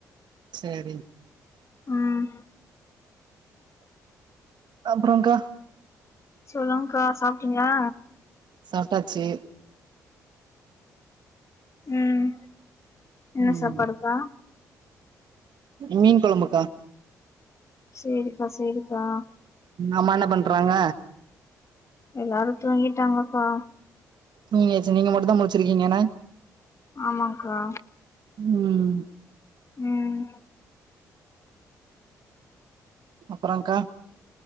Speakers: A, on the right; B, on the left.
A: செரி
B: ம்
A: அப்றோங்க்கா
B: சொல்லுங்க்கா சாப்ட்டீங்களா
A: சாப்ட்டாச்சு
B: ம் என்ன
A: ம்
B: சாப்பாடுக்கா
A: மீன் குழம்புக்கா
B: சேரிக்கா சேரிக்கா
A: அம்மா என்ன பண்றாங்க
B: எல்லாரு தூங்கிட்டாங்கக்கா
A: தூங்கியாச்சு நீங்க மட்டுந்தா முழிச்சிருக்கீங்க என்ன
B: ஆமாங்க்கா
A: ம்
B: ம்
A: அப்றங்க்கா